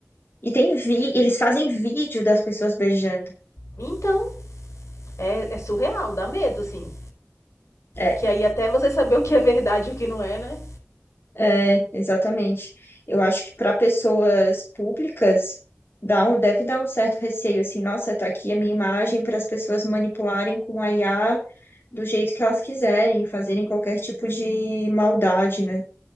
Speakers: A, on the left; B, on the left.
A: E tem vi, eles fazem vídeo das pessoas beijando.
B: Então, é, é surreal, dá medo, assim.
A: É,
B: Que aí até você saber o que é verdade e o que não é, né?
A: é, exatamente. Eu acho que para pessoas públicas dá um, deve dar um certo receio assim, nossa, tá aqui a minha imagem para as pessoas manipularem com a IA do jeito que elas quiserem, fazerem qualquer tipo de maldade, né?